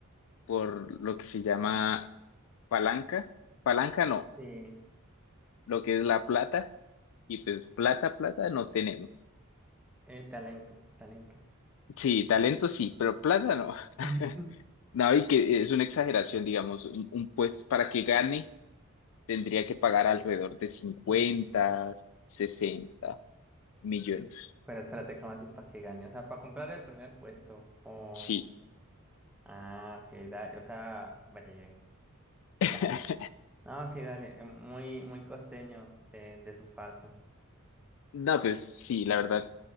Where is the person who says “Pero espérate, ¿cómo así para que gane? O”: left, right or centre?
Centre